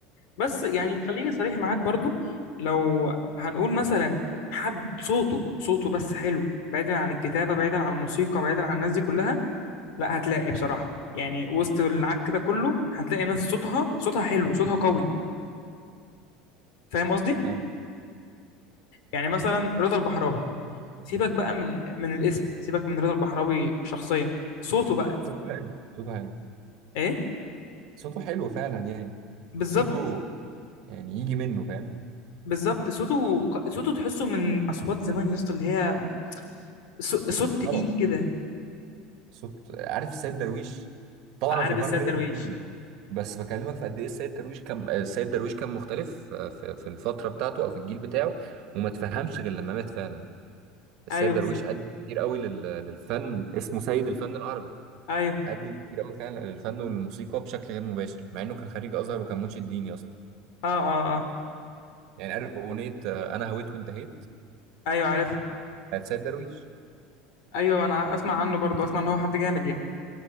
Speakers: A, on the left; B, on the right.
A: بس يعني خليني صريح معاك برضو لو هنقول مثلا حد صوته صوته بس حلو بعيدا عن الكتابة بعيدا عن الموسيقى بعيدا عن الناس دي كلها لا هتلاقي بصراحة يعني وسط العك ده كله هتلاقي ناس صوتها صوتها حلو صوتها قوي فاهم قصدي
B: فاهم
A: يعني مثلا رضا البحراوي سيبك بقى من من الاسم سيبك من رضا البحراوي شخصيا صوته بقى
B: صوته حلو صوته حلو
A: ايه
B: صوته حلو فعلا يعني
A: بالظبط
B: صوته يعني يجي منه فاهم
A: بالظبط صوته صوته تحسه من اصوات زمان يا اسطى اللي هي صو- صوت تقيل
B: طبعا
A: كده
B: صوت عارف السيد درويش طبعا
A: عارف
B: أنا مش بقارن
A: السيد
B: بين
A: درويش
B: الاثنين بس بكلمك في قد ايه السيد درويش كان السيد درويش كان مختلف آه، في في الفتره بتاعته او في الجيل بتاعه وما تفهمش غير لما مات فعلا السيد
A: ايوه
B: درويش
A: بالظبط
B: قدم كتير قوي لل- للفن اسمه سيد الفن العربي
A: ايوه
B: قدم كتير قوي فعلا للفن والموسيقى بشكل غير مباشر مع انه كان خريج ازهر وكان منشد ديني اصلا
A: اه اه اه
B: يعني عارف اغنيه آه، انا هويت وانتهيت
A: ايوه عارفها
B: بتاعت سيد درويش
A: ايوه انا ع- اسمع عنه برضو اسمع ان هو حد جامد يعني